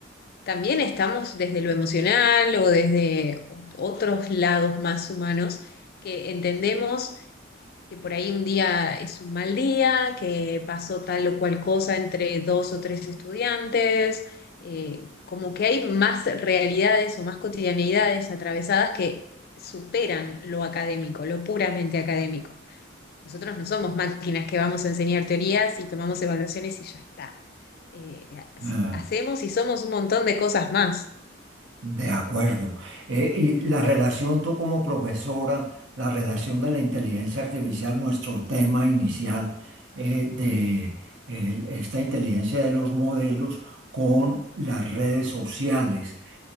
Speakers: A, on the left (about 55°); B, on the right (about 70°).
A: también estamos desde lo emocional o desde o- otros lados más humanos que entendemos que por ahí un día es un mal día, que pasó tal o cual cosa entre dos o tres estudiantes, eh, como que hay más realidades o más cotidianeidades atravesadas que superan lo académico, lo puramente académico. Nosotros no somos máquinas que vamos a enseñar teorías y tomamos evaluaciones y ya está. Eh,
B: Ah.
A: hacemos y somos un montón de cosas más.
B: De acuerdo. Eh, y la relación tú como profesora, la relación de la inteligencia artificial, nuestro tema inicial eh, de el- esta inteligencia de los modelos con las redes sociales.